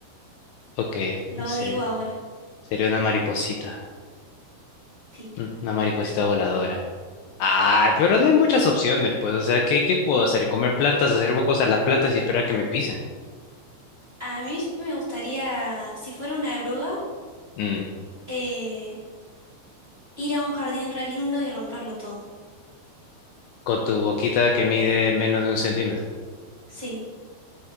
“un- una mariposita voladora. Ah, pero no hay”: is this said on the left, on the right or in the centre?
Left